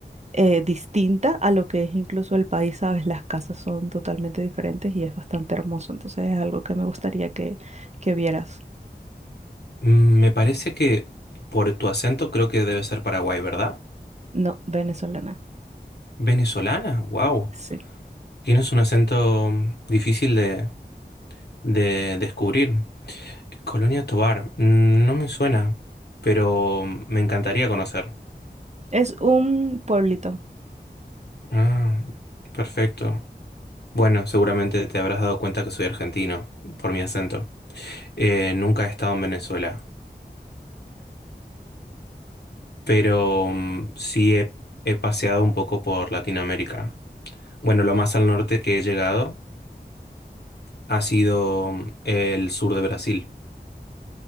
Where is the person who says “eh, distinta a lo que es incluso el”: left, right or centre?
Right